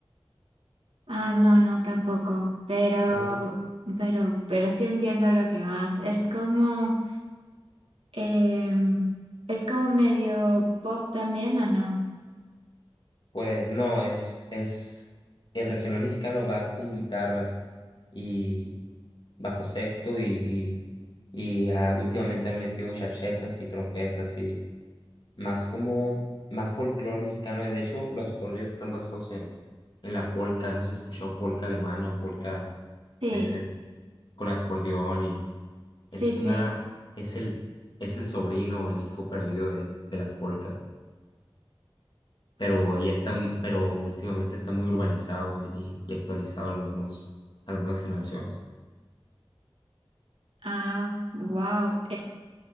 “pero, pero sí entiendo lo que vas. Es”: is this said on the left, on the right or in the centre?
Right